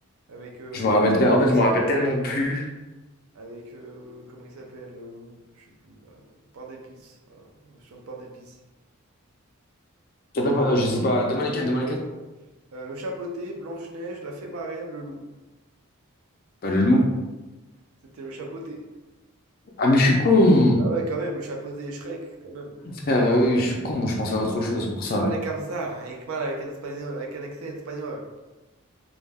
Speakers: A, on the right; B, on the left.
A: avec euh,
B: Je
A: Parle-Épice.
B: me rappelle, te- en fait, je me rappelle tellement plus.
A: Avec, euh, comment il s'appelle euh, Je sais plus, là. Pain d'épices. Voilà, je de pain d'épices.
B: Ça s'appelle pas- euh, Je sais pas, demain
A: Ceux
B: les
A: qui
B: 4.
A: avaient
B: demain
A: le royaume.
B: les quatre.
A: Euh, le chapeauté, Blanche-Neige, la fée marraine, le loup.
B: Pas le loup.
A: C'était le chapeauté.
B: Ah, mais je suis con!
A: Ah ouais, quand même, le chapeauté et Shrek, quand même.
B: Frère, euh, oui, je suis con, je pensais à autre chose pour ça.
A: Il parlait comme ça, hein, il parle avec un espagnol, avec un accent espagnol.